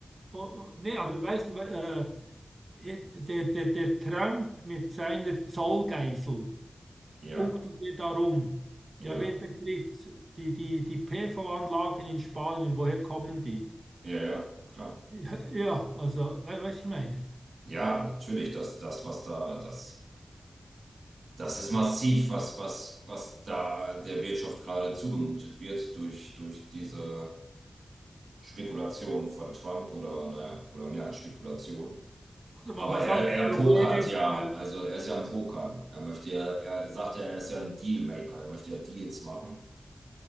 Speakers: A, on the right (about 50°); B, on the right (about 90°).
A: oh, oh. Nee, aber weißt du, äh, Äh, Der, der, der Trump mit seiner Zollgeisel
B: Ja,
A: buchtelt er darum. Ja,
B: ja,
A: wen betrifft's? Die, die, die PV-Anlagen in Spanien, woher kommen die?
B: ja, ja, klar.
A: Ja, ja, also, we- weißt du, ich meine.
B: Ja, natürlich, das, das, was da, das. Das ist massiv, was, was, was da der Wirtschaft gerade zugemutet wird durch, durch diese Spekulation von Trump oder, naja, oder mehr als Spekulation.
A: Oder
B: Aber
A: wa- was
B: er,
A: auch
B: er
A: das Problem
B: pokert
A: ist,
B: ja,
A: äh,
B: also er ist ja ein Pokern. Er möchte ja, er sagt ja, er ist ja ein Dealmaker, er möchte ja Deals machen.